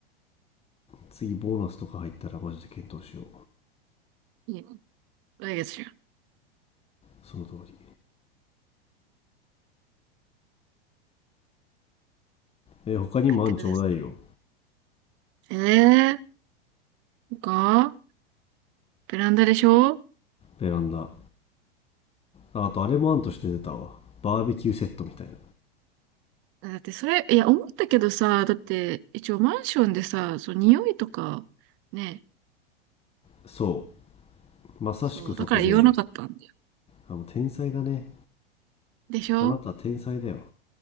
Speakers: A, on the left (about 20°); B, on the right (about 40°).
A: 次、ボーナスとか入ったらマジで検討しよう。
B: いいね来月じゃん。
A: その通り。えー他にも案ちょうだいよ。
B: 買ってください。ええー、そっかベランダでしょ
A: ベランダ。ああと、あれも案として出たわ。バーベキューセットみたいな。
B: だってそれ、いや、思ったけどさ、だって、一応マンションでさ、そう、匂いとか、ね、
A: そう。まさしくそこで、
B: そう、だから言わなかったんだ。
A: あ、もう天才だね。
B: でしょ
A: あなた天才だよ。